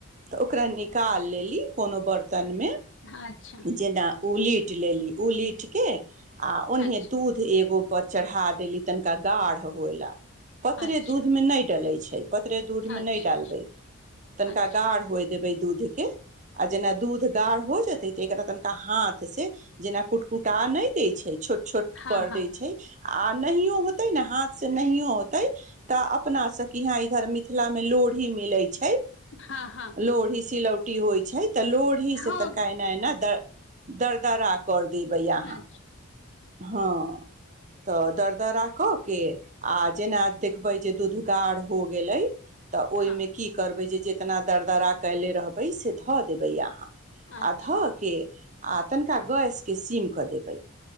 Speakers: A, on the right; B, on the left.
A: तऽ ओकरा निकाल लेली कोनो बर्त तनमे
B: हाँ, अच्छा
A: जेना ओलीट लेली ओलीट कऽ आ ओनिये
B: अच्छा
A: दूध पर चढ़ा देेली तनिका गाढ़ हुए ला पतरे
B: अच्छा
A: दूध में न डले छैय पतरे दूध में
B: अच्छा
A: न डालबय
B: अच्छा
A: तनिका
B: अच्छा
A: गाढ़ होई देबय दूध के जेना दूध गाढ़ हो जेते त एकरा तनिका हाथ से जेना कुटकुटा नहि देै छैय छोट छोट
B: हँ
A: कर
B: हँ
A: दै छैय आ नहियो होते ने हाथ से नहियो होते तऽ अपना सब के यहा इधर मिथिला मे लोढ़ी मिले छैय। है
B: हँ हँ
A: लोढ़ी सीलौ की होइ छैय तऽ लोड़ही
B: हँ
A: से तनिका एना एना दरदरा कर द देबै अहाँ
B: अच्छा
A: हँ तऽ दरदरा कऽ केऽ आ जेना देखबै जे दूध गाढ़ हो गेलै तऽ ओहिमे
B: हँ
A: की करबै जे जे कतना दरदरा कयले रहबै से धऽ देबै अहाँ आ
B: अच्छा
A: धऽ के आ तनिका गैसके सीम कऽ देबै।